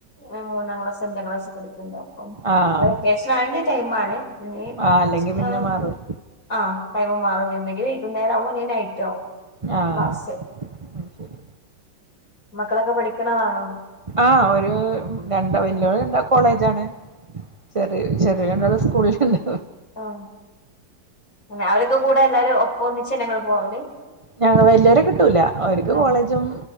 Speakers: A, on the left; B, on the right.
A: ആഹ് മൂന്നാം ക്ലാസ് അഞ്ചാം ക്ലാസ് ഒക്കെ എട്ക്ക്‌ണ്ടാവും
B: ആഹ്
A: വെക്കേഷനായ്ന്റെ ടൈമാണ് ഇനി
B: ആഹ് അല്ലെങ്കി
A: <unintelligible>
B: പിന്നെ മാറും
A: ആഹ് ടൈമ് മാറും നിഒന്നെങ്കില് വൈകുന്നേരം ആവു അല്ലെ നൈറ്റ് ആവും
B: ആഹ്
A: ക്ലാസ്
B: അത് ശരി
A: മക്കളക്കെ പഠിക്കണതാണോ
B: ആഹ് ഒരു രണ്ട വല്ലിയോള് രണ്ടാ കോളേജാണ് ചെറി ചെറിയ രണ്ടാളും സ്കൂളിലെന്നെ
A: ആഹ് തന്നെ അവരൊക്കെ കൂടെ എല്ലാരും ഒ ഒന്നിച്ചേന്നെങ്ങള് പോവല്
B: ഞങ്ങ വല്ല്യോരെ കിട്ടൂല്ല ഓരിക്ക്
A: ആ
B: കോളേജും